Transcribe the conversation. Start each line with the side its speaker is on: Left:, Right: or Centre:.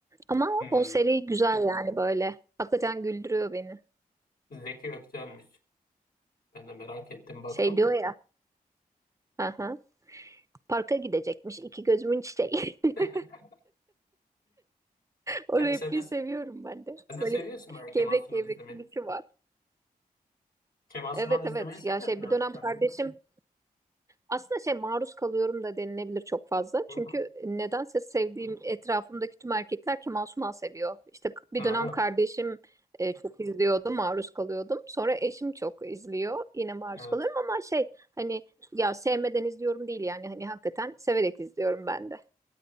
Right: Ama
Left: Hmm.
Right: o seri güzel yani böyle. Hakikaten güldürüyor beni.
Left: Zeki Ökten'miş. Ben de merak ettim baktım.
Right: Şey diyor ya. Aha, parka gidecekmiş iki gözümün çiçeği. <laughs>
Left: <laughs>
Right: O
Left: E,
Right: repliği
Left: sen de,
Right: seviyorum ben de.
Left: sen de
Right: Böyle
Left: seviyorsun belki
Right: gevrek
Left: Mansun
Right: gevrek
Left: izlemeyi.
Right: gülüşü var.
Left: Kemal Sunal
Right: Evet
Left: izlemeyi
Right: evet
Left: seviyorsun
Right: ya şey
Left: herhalde
Right: bir dönem
Left: sen
Right: kardeşim
Left: de.
Right: Aslında şey maruz kalıyorum da denilebilir çok fazla.
Left: Hmm.
Right: Çünkü nedense sevdiğim etrafımdaki tüm erkekler Kemal Sunal seviyor. İşte k- bir
Left: Ha,
Right: dönem kardeşim e, çok izliyordu, maruz kalıyordum. Sonra eşim çok izliyor, yine maruz
Left: evet.
Right: kalıyorum ama şey hani ya sevmeden izliyorum değil yani hani hakikaten severek izliyorum ben de.